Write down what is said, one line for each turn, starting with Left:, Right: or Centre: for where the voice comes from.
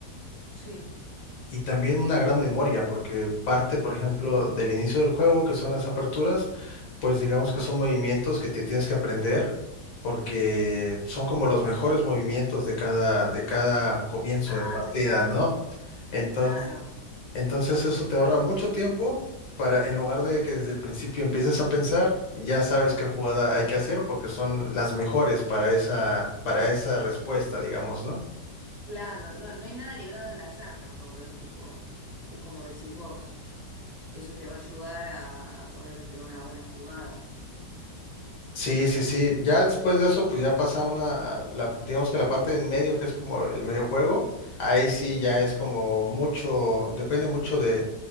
Right: sí.
Left: Y también una gran memoria, porque parte, por ejemplo, del inicio del juego, que son las aperturas, pues digamos que son movimientos que te tienes que aprender, porque son como los mejores movimientos de cada, de cada comienzo
Right: Ah,
Left: de partida,
Right: claro,
Left: ¿no?
Right: de
Left: Entonces,
Right: claro,
Left: entonces eso te ahorra mucho tiempo para, en lugar de que desde el principio empieces a pensar, ya sabes qué jugada hay que hacer, porque son las mejores para esa, para esa respuesta, digamos, ¿no?
Right: claro. No, no hay nada librado al azar tampoco, es tipo, es como decís vos, eso te va a ayudar a, a poder tener una buena jugada.
Left: Sí, sí, sí. Ya después de eso, pues ya pasa una, a la, digamos que la parte de en medio, que es como el medio juego, ahí sí ya
Right: Sí.
Left: es como mucho, depende mucho de,